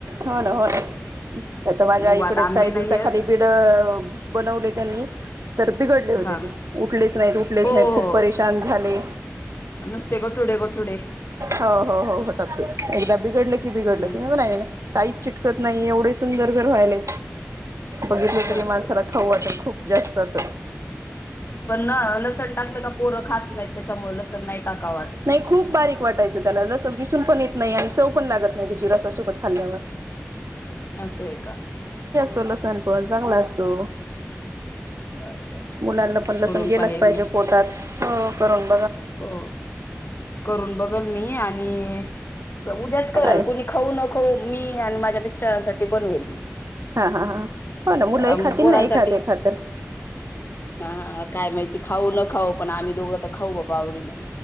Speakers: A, on the right; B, on the left.
A: हो ना हो ना आता माझ्या
B: बघू
A: आईकडेच
B: आता आंबे
A: काही
B: नाहीयेत
A: दिवसाखाली बिड बनवले त्यांनी तर बिघडले होते
B: हा
A: ते उठलेच नाहीत, उठलेच
B: हो
A: नाहीत
B: हो
A: खूप परेशान झाले.
B: नुसते गठुडे गठुडे
A: हो हो हो होतात ते एकदा बिघडलं की बिघडलं.
B: हम्म
A: <inaudible> काही च त नाही एवढे सुंदर घर व्हायले. बघितलं
B: बर
A: तरी माणसाला
B: बर बर
A: खाऊ वाटे खूप जास्त तसं.
B: पण ना लसण टाकलं का पोरं खात नाहीत त्याच्यामुळे लसण नाही टाका वाटत.
A: नाही खूप बारीक वाटायचं त्याला लसण दिसून पण येत नाही आणि चव पण लागत नाही. रसासोबत खाल्ल्यावर.
B: असंय का?
A: तो लसण पण चांगला असतो.
B: बर बर बर
A: मुलांना पण लसण
B: करून
A: गेलंच
B: पाहिल
A: पाहिजे
B: मी
A: पोटात. हो कररून
B: हो करून बघल मी आणि आणि क उद्याच करल
A: काय
B: कुणी खाऊ न खाऊ मी आणि माझ्या मिस्टरांसाठी बनवेल मी
A: हा हा ह हो ना मुलं
B: पोरासाठी
A: एखातीर ना एखाद्या खातर
B: हा काय माहिती खाऊ न खाऊ पण आ्हीोघं खऊ वावडीने